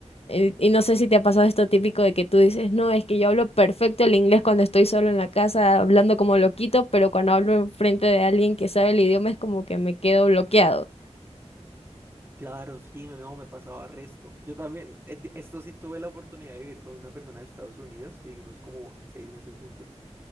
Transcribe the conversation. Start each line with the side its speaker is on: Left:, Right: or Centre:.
Left: Eh, y no sé si te ha pasado esto típico de que tú dices, no, es que yo hablo perfecto el inglés cuando estoy solo en la casa hablando como loquito, pero cuando hablo enfrente de alguien que sabe el idioma es como que me quedo bloqueado.
Right: Claro, sí, me- no, me pasaba resto. Yo también, eh, esto sí tuve la oportunidad de vivir con una persona de Estados Unidos, vivimos como seis meses juntos.